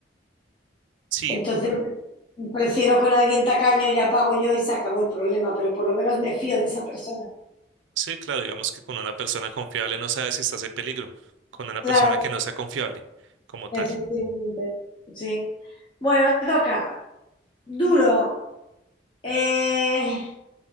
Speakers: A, on the right (about 85°); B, on the left (about 25°).
A: Sí,
B: Entonces, prefiero con alguien tacaño, ya pago yo y se acabó el problema, pero por lo menos me fío de esa persona.
A: sí, claro, digamos que con una persona confiable no sabes si estás en peligro, con una persona
B: Claro,
A: que no sea confiable como tal.
B: efectivamente. Sí. Bueno, me toca. Duro. Eh,